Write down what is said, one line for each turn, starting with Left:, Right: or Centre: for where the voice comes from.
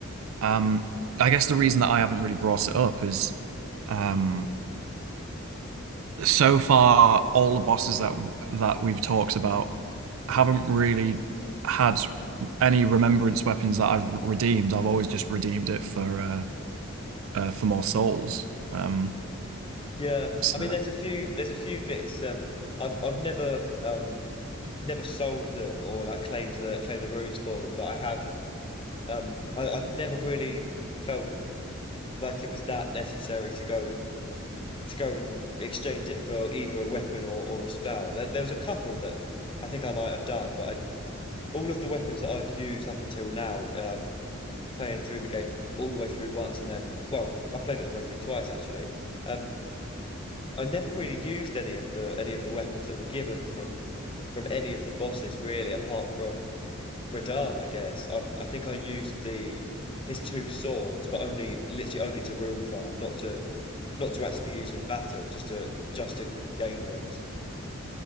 Right: um I guess the reason that I haven't really brought it up is um. so far all the bosses that that we've talked about haven't really had any remembrance weapons that I've redeemed. I've always just redeemed it for uh, uh for more souls. Um
Left: Yeah,
Right: so
Left: I mean, there's a few there's a few bits. Um, I've I've never um never sold them or like claimed the claimed the runes for them, but I have um I, I've never really felt like it was that necessary to go and to go and exchange it for either a weapon or, or a spell. There, there was a couple that I think I might have done, but I, all of the weapons that I've used up until now, um, playing through the game all the way through once and then well, I've played it all the way through twice actually. Um, I never really used any of the any of the weapons that were given from from any of the bosses really, apart from Radahn, I guess. I I think I used the his two swords, but only literally only to rune farm, not to not to actually use in battle, just to just to gain runes.